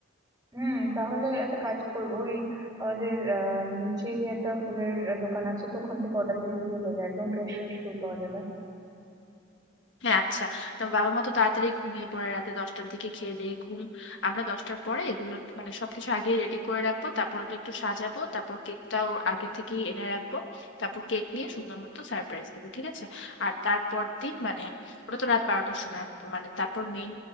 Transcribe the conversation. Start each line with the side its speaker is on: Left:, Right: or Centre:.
Right: হুম তাহলে একটা কাজ করবো ওই আমাদের আহ, নিচে যে একটা ফুলের দোকান আছে তো ওখান থেকে অর্ডার দিয়ে দিলে হয়ে যায় একদম ফ্রেশ ফ্রেশ ফুল পাওয়া যাবে
Left: হ্যাঁ আচ্ছা তোমার বাবা মা তো তাড়াতাড়ি ঘুমিয়ে পড়ে রাতে দশটার দিকে খেয়ে দিয়ে ঘুম আমরা দশটার পরে এগুলো মানে সবকিছু আগে রেডি করে রাখবো তারপর ওটা একটু সাজাবো তারপর কেকটাও আগে থেকেই এনে রাখবো তারপর কেক নিয়ে সুন্দর মতো সারপ্রাইজ দেবো ঠিক আছে আর তারপর দিন মানে ওটা তো রাত বারোটার সময় মানে তারপর মেইন